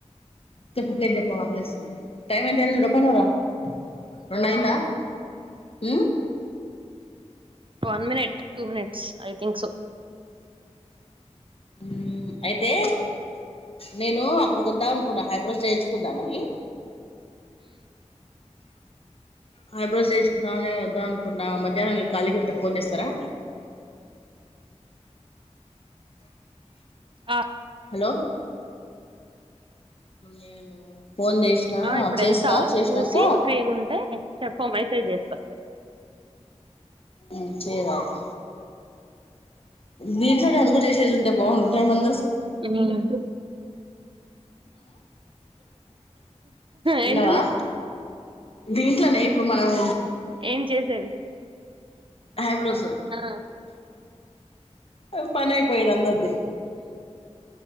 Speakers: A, on the left; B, on the right.
A: చెప్పు ప్టేట్ జెప్పమ్మ ప్లస్సంను టైం ఎంతైందో జూడు రెండైందా ఊ
B: one minute two minutes I think so
A: మ్ అయితే నేను అక్కడికి వొద్దాం అనుకున్నా హైబ్రోస్ జేయించుకుందామని హైబ్రోజ్ జేయించుకుతానమని వద్దామనుకున్నా మధ్యానం మీరు ఖాళీగుంటే ఫోన్ జెస్తారా
B: ఆ
A: హలో నేను ఫోన్ జేష్నా
B: ఆ ఇప్పుడు
A: చేస్తా
B: వెళ్తా
A: చేషినంక
B: చూసి ఫ్రీగా ఉంటే చెప్ప మెసేజ్ చేస్తా
A: ఉమ్ చేయ్ వారి దీంట్లోనే అది గూడా జేసే దుం టే బాండు టైం మం
B: ఉమ్
A: విన్నావా
B: ఏంటిది
A: దీంట్లోనే ఇప్పుడు మనము
B: ఏం చేసేది
A: హైబ్రోసు
B: ఆ
A: ఓ పనైపోయేది అందర్ది